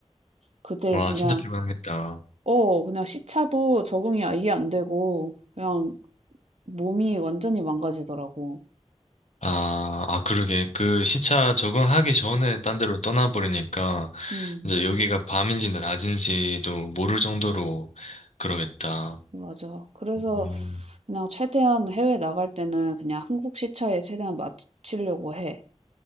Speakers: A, on the right (about 70°); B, on the left (about 85°).
A: 그때
B: 와,
A: 그냥,
B: 진짜 피곤하겠다.
A: 어, 그냥 시차도 적응이 아예 안 되고 그냥 몸이 완전히 망가지더라고.
B: 아, 아, 그러게. 그 시차 적응하기 전에 딴 데로 떠나버리니까,
A: 음,
B: 이제 여기가 밤인지 낮인지도 모를 정도로 그러겠다.
A: 맞아. 그래서
B: 음,
A: 그냥 최대한 해외 나갈 때는 그냥 한국 시차에 최대한 맞추려고 해.